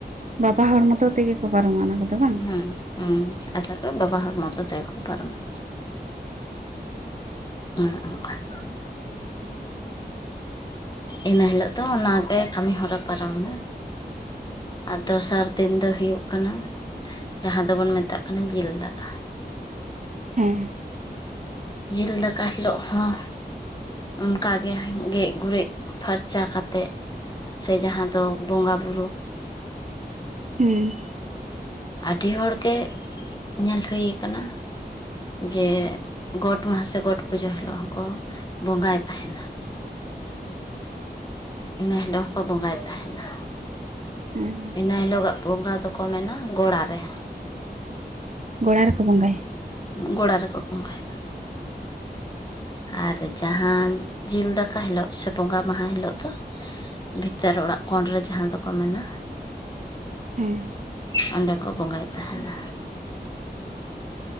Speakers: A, on the right; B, on the left.
A: ᱵᱟᱵᱟ ᱦᱚᱲ ᱢᱚᱛᱚ ᱛᱮᱜᱮ ᱠᱚ ᱯᱟᱨᱚᱢᱟ ᱚᱱᱟ ᱠᱚᱫᱚ ᱵᱟᱝ?
B: ᱦᱩᱸ ᱩ ᱟᱸᱥᱟ ᱠᱚᱨᱮ ᱵᱟᱵᱟ ᱦᱚᱲ ᱢᱚᱛᱚ ᱛᱮᱜᱮ ᱠᱚ ᱯᱟᱨᱚᱢᱟ᱾ <inaudible> ᱤᱱᱟᱹ ᱦᱤᱞᱳᱜ ᱫᱚ ᱚᱱᱟᱜᱮ ᱠᱟᱹᱢᱤ ᱦᱚᱨᱟ ᱯᱟᱨᱚᱢᱮᱱᱟ᱾ ᱟᱫ ᱫᱚᱥᱟᱨ ᱫᱤᱱ ᱫᱚ ᱦᱩᱭᱩᱜ ᱠᱟᱱᱟ, ᱡᱟᱦᱟᱸ ᱫᱚᱵᱚᱱ ᱢᱮᱛᱟᱜ ᱠᱟᱱᱟ ᱡᱤᱞ ᱫᱟᱠᱟ᱾
A: ᱦᱮᱸ
B: ᱡᱤᱞ ᱫᱟᱠᱟ ᱦᱤᱞᱳᱜ ᱦᱚᱸ ᱚᱱᱠᱟ ᱜᱮ ᱜᱮᱡ ᱜᱩᱨᱤᱡ ᱯᱷᱟᱨᱪᱟ ᱠᱟᱛᱮ ᱥᱮ ᱡᱟᱦᱟᱸ ᱫᱚ ᱵᱚᱸᱜᱟ ᱵᱩᱨᱩ,
A: ᱦᱩᱸ
B: ᱟᱹᱰᱤ ᱦᱚᱲ ᱜᱮ, ᱧᱮᱞ ᱦᱩᱭ ᱟᱠᱟᱱᱟ ᱡᱮ ᱜᱚᱴ ᱢᱟᱦᱟ, ᱥᱮ ᱜᱚᱴ ᱯᱩᱡᱟᱹ ᱦᱤᱞᱳᱜ ᱦᱚᱸᱠᱚ ᱵᱚᱸᱜᱟᱭ ᱛᱟᱦᱮᱱᱟ᱾ ᱤᱱᱟᱹ ᱦᱤᱞᱳᱜ ᱦᱚᱸᱠᱚ ᱵᱚᱸᱜᱟᱭ ᱛᱟᱦᱮᱱᱟ᱾
A: ᱦᱮᱸ
B: ᱤᱱᱟᱹ ᱦᱤᱞᱳᱜ ᱜᱟᱜ ᱵᱚᱸᱜᱟ ᱫᱚᱠᱚ ᱢᱮᱱᱟ ᱜᱚᱲᱟ ᱨᱮ,
A: ᱜᱚᱲᱟ ᱨᱮᱠᱚ ᱵᱚᱸᱜᱟᱭᱟ,
B: ᱜᱚᱲᱟ ᱨᱮᱠᱚ ᱵᱚᱸᱜᱟᱭ, ᱟᱨ ᱡᱟᱦᱟᱸ ᱡᱤᱞ ᱫᱟᱠᱟ ᱦᱤᱞᱳᱜ, ᱥᱮ ᱵᱚᱸᱜᱟ ᱢᱟᱦᱟ ᱦᱤᱞᱳᱜ ᱫᱚ, ᱵᱷᱤᱛᱟᱹᱨ ᱚᱲᱟᱜ ᱠᱚᱰ ᱨᱮ ᱡᱟᱦᱟᱸ ᱫᱚᱠᱚ ᱢᱮᱱᱟ
A: ᱦᱩᱸ
B: ᱚᱸᱰᱮ ᱠᱚ ᱵᱚᱸᱜᱟᱭ ᱛᱟᱦᱮᱱᱟ᱾